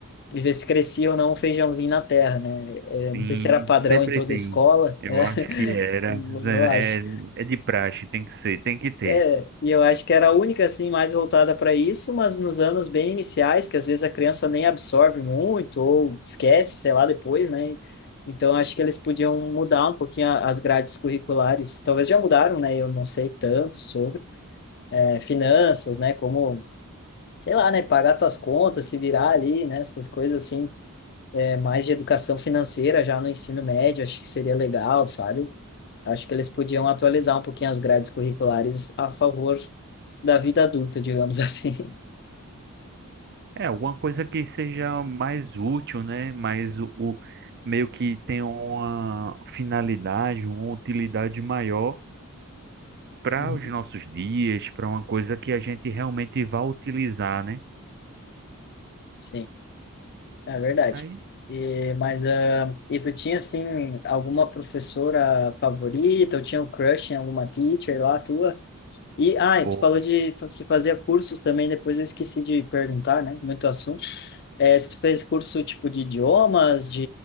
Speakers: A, on the left; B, on the right.
A: e ver se crescia ou não o feijãozinho na terra, né? É, não
B: Sim,
A: sei se era padrão
B: sempre
A: em toda
B: tem.
A: a escola,
B: Eu
A: né? <laughs>
B: acho que era. É,
A: Eu acho.
B: é é de praxe, tem que ser, tem que ter.
A: É, e eu acho que era a única assim mais voltada para isso, mas nos anos bem iniciais, que às vezes a criança nem absorve muito ou esquece, sei lá, depois, né? Então acho que eles podiam mudar um pouquinho a- as grades curriculares. Talvez já mudaram, né? Eu não sei tanto sobre é, finanças, né? Como, sei lá, né? Pagar tuas contas, se virar ali, né? Essas coisas assim é, mais de educação financeira já no ensino médio, acho que seria legal, sabe? Acho que eles podiam atualizar um pouquinho as grades curriculares a favor da vida adulta, digamos <laughs> assim.
B: É, alguma coisa que seja mais útil, né? Mais o, o- meio que tenha uma finalidade, uma utilidade maior para
A: Uhum.
B: os nossos dias, para uma coisa que a gente realmente vá utilizar, né?
A: Sim, é verdade.
B: Aí,
A: E, mas, ah, e tu tinha, assim, alguma professora favorita? Ou tinha um crush em alguma teacher lá tua? E, ah, e
B: pô,
A: tu falou de fa- que fazia cursos também, depois eu esqueci de perguntar, né? Muito assunto. É, se tu fez curso tipo de idiomas, de